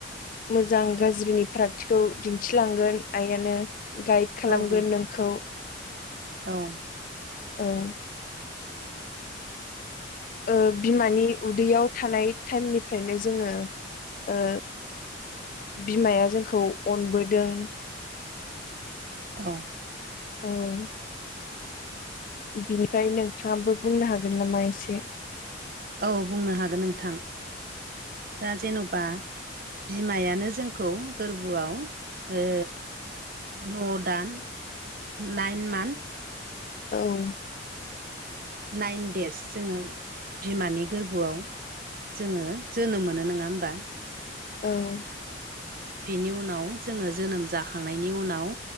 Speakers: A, on the left (about 45°); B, on the right (about 50°).
A: मोजां गाज्रिनि फारागथिखौ दिन्थिलांगोन आइयानो गाइड खालामगोन
B: औ नोंथां
A: नोंखौ
B: औ
A: औ ओ बिमानि उदैयाव थानाय टाइमनिफ्रायनो जोङो ओ बिमाया जोंखौ अनबोदों।
B: औ
A: औ बिनिफ्राय नोंथाङाबो बुंनो हागोन नामा एसे?
B: औ बुंनो हागोन नोंथां दा जेन'बा बिमायानो जोंखौ गोरबोआव ओ न' दान नाइन मान्थ
A: औ
B: नाइन देस जोङो बिमानि गोरबोआव जोङो जोनोम मोनो नङा होमबा?
A: औ
B: बेनि उनाव जोङो जोनोम जाखांनायनि उनाव